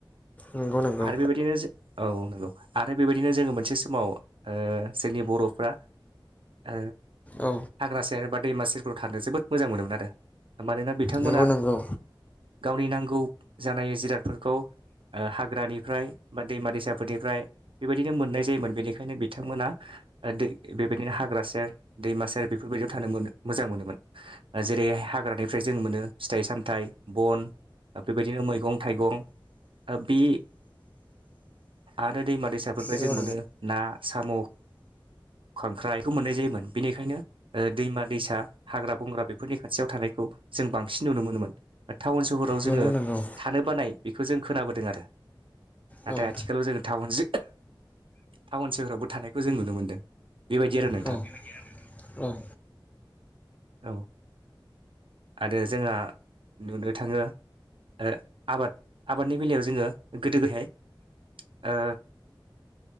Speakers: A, on the left; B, on the right.
A: नंगौ नंगौ
B: आरो बेबायदिनो औ नंगौ आरो बेबायदिनो जोङो मोनसे समाव ओ जोंनि बर'फ्रा ओ
A: औ
B: हाग्रा सेर बा दैमा सेरफोराव थानो जोबोद मोजां मोनोमोन आरो मानोना बिथांमोना
A: नंगौ नंगौ औ नंगौ
B: गावनि नांगौ जानाय जिरादफोरखौ ओ हाग्रानिफ्राय बा दैमा दैसाफोरनिफ्राय बेबायदिनो मोननाय जायोमोन बेनिखायनो बिथांमोना दै बेबायदिनो हाग्रा सेर दैमा सेर बेफोरबायदियाव थानो मोनो मोजां मोनोमोन जेरै हाय हाग्रानिफ्राय जों मोनो फिथाइ सामथाइ बन बेबायदि दिनो मैगं थाइगं ओ बि आरो दैमा दैसाफोरनिफ्राय
A: नंगौ
B: जों मोनो ना साम' खांख्राइ खौ मोननाय जायोमोन बेनिखायनो ओ दैमा दैसा हाग्रा बंग्रा बेफोरनि खाथियाव थानायखौ जों बांसिन नुनो मोनोमोन ओ टाउन सोहराव
A: नंगौ
B: जोङो
A: नंगौ नंगौ
B: थानो बानाय बेखौ जों खोनाबोदों आरो नाथाय
A: औ
B: आथिखालाव जों थाउन टाउन सोहेरावबो थानायखौ जों नुनो मोनदों बेबायदि आरो नोंथां
A: औ औ
B: औ आरो जोङा नुनो थाङो ओ आबाद आबादनि बेलायाव जोङो गोदो बेहाय ओ